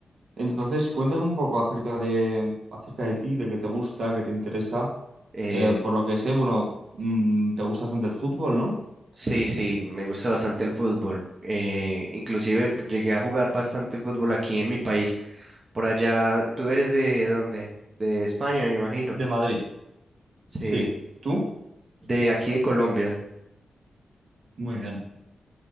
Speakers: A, on the right (about 65°); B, on the right (about 30°).
A: Entonces, cuéntame un poco acerca de, acerca de ti, de qué te gusta, qué te interesa.
B: Eh,
A: Eh, por lo que sé, bueno, mm, te gusta bastante el fútbol, ¿no?
B: sí, sí, me gusta bastante el fútbol. Eh, inclusive llegué a jugar bastante fútbol aquí en mi país. Por allá, ¿tú eres de dónde? De España, me imagino.
A: De Madrid.
B: Sí,
A: Sí. ¿Tú?
B: de aquí de Colombia.
A: Muy bien.